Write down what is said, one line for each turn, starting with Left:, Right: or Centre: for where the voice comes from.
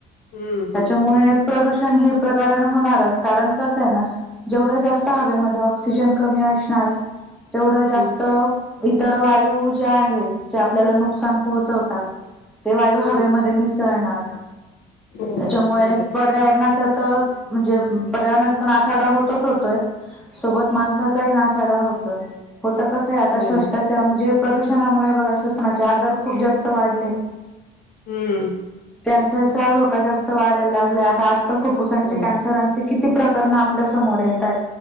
Left: हम्म
Centre: त्याच्यामुळे
Left: हम्म
Centre: प्रदूषण -- हे प्रकरणचं होणारच कारण कस हेना जेवढ जास्त हवेमध्ये ऑक्सिजन कमी असणार -- तेवढं
Left: हम्म
Centre: जास्त इतर वायू जे आहेत जे आपल्याला नुकसान पोहोच -- ते वायू हवेमध्येध्ये
Left: हम्म
Centre: मीसळुन जाणार.
Left: हो
Centre: त्याच्यामुळे
Left: बरोबर
Centre: पर्यावरणाच तर म्हणजे अ -- पर्यावरणाचा तर नासाडा होतच होतोय. सोबत माणसाचाही नासाडा होतोय. होत कसं आहे आता
Left: हो
Centre: श्वताच्या म्हणजे -- प्रदूषणामुळे बघा श्वसनाचे आजार खूप जास्त -- वाढलेत.
Left: हम्म.
Centre: कॅन्सरचा धोका जास्त वाढायला लागलाय. आता आज -- फप्फसांचे
Left: हो
Centre: कनसरांचे कि ती प्रकरण आपल्या समोर येत हैत.